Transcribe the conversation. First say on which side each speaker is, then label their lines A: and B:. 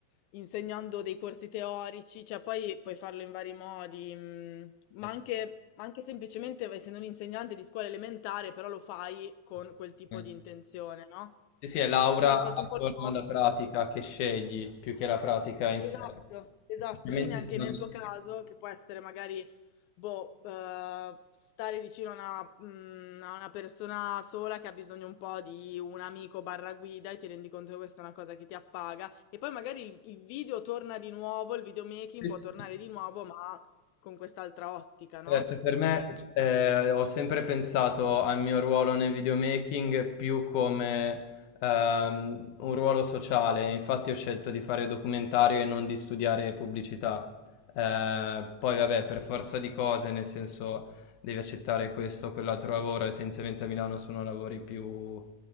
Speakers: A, on the left; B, on the left.
A: insegnando dei corsi teorici, cioè poi puoi farlo in vari modi, mm,
B: Sì,
A: ma anche, anche semplicemente essendo un insegnante di scuola elementare, però lo fai con
B: assolutamente.
A: quel tipo di intenzione, no?
B: Sì, sì, è l'aura
A: Quindi
B: attorno
A: ho tolto un po' il focus.
B: alla pratica che scegli più che la pratica in
A: Esatto,
B: sé.
A: esatto.
B: Effettivamente
A: Quindi anche
B: sono
A: nel
B: degli
A: tuo caso, che può essere magari, boh, eh, stare vicino a una, mm, a una persona sola che ha bisogno un po' di un amico barra guida e ti rendi conto che questa è una cosa che ti appaga. E poi magari il, il video torna di nuovo, il videomaking
B: strumenti.
A: può tornare di nuovo, ma con quest'altra ottica, no?
B: Certo, per me, eh, ho sempre pensato al mio ruolo nel videomaking più come ehm, un ruolo sociale, infatti ho scelto di fare documentario e non di studiare pubblicità. Eh, poi vabbè, per forza di cose, nel senso devi accettare questo o quell'altro lavoro e tendenzialmente a Milano sono lavori più